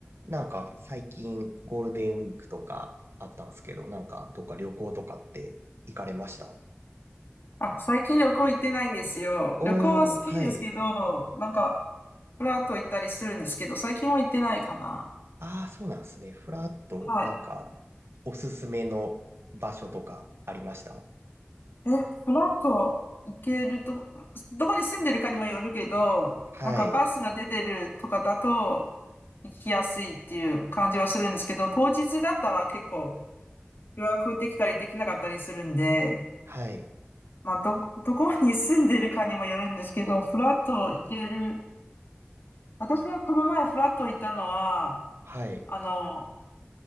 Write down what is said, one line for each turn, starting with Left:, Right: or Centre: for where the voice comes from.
Right: なんか最近ゴールデンウィークとかあったんですけど、なんかどっか旅行とかって行かれました
Left: あ、最近旅行行ってないんですよ。
Right: おー、
Left: 旅行は好きですけど、
Right: はい。
Left: なんか、フラッと行ったりするんですけど、最近は行ってないかな。
Right: ああ、そうなんですね。フラッとなんかおすすめの場所とかありました
Left: はい。え、フラッと行けるとこ、どこに住んでるかにもよるけど、
Right: はい。
Left: なんかバスが出てるとかだと行きやすいっていう感じはするんですけど、当日だったら結構予約できたりできなかったりするんで、
Right: はい。
Left: まあ、ど、どこに住んでるかにもよるんですけど、フラッと行ける。私はこの前フラッと行ったのは、
Right: はい。
Left: あの、